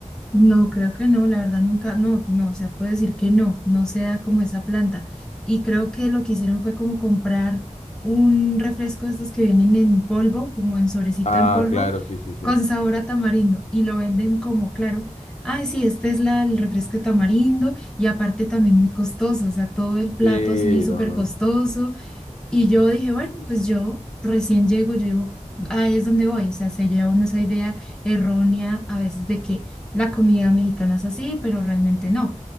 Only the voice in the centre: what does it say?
No, creo que no, la verdad nunca, no, no, o sea, puedo decir que no, no sea como esa planta. Y creo que lo que hicieron fue como comprar un refresco de estos que vienen en polvo, como en sobrecito
en polvo,
con sabor a tamarindo, y lo venden como, claro, ay, sí, este es la, el refresco de tamarindo, y aparte también muy costoso, o sea, todo el plato
así súper
costoso, y yo dije, bueno, pues yo recién llego, yo digo, ahí es donde voy. O sea, se lleva uno esa idea errónea a veces de que la comida mexicana es así, pero realmente no.